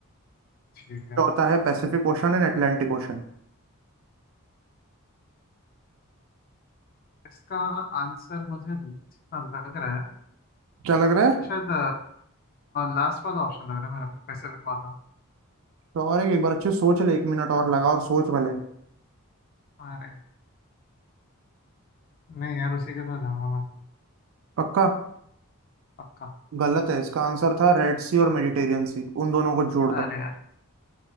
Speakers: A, on the left (about 40°); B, on the right (about 60°).
A: ठीक है
B: चौथा है Pacific Ocean and Atlantic Ocean
A: इसका आंसर मुझे जितना लग रहा है
B: क्या लग रहा है
A: कि शायद लास्ट वाला ऑप्शन लग रहा है मेरे को पैसिफिक वाला
B: तो और एक, एक बार अच्छे से सोच ले एक मिनट और लगा और सोच भले
A: अरे नहीं यार उसी के साथ जाऊंगा मैं तो
B: पक्का
A: पक्का
B: गलत है इसका आंसर था रेड सी और मेडिटेरियन सी उन दोनों को जोड़ता
A: अरे यार